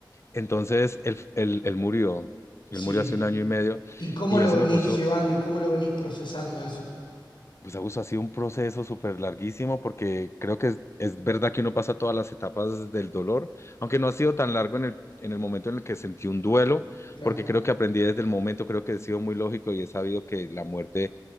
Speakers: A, on the left; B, on the left.
A: entonces él, él, él murió,
B: sí.
A: él murió hace un año y medio.
B: ¿Y cómo
A: Y
B: lo
A: eso
B: venís
A: me puso
B: llevando y cómo lo venís procesando a eso?
A: Pues Augusto, ha sido un proceso súper larguísimo porque creo que es, es verdad que uno pasa todas las etapas del dolor, aunque no ha sido tan largo en el, en el momento en el que sentí un duelo,
B: Claro,
A: porque creo que aprendí desde el momento, creo que he sido muy lógico y he sabido que la muerte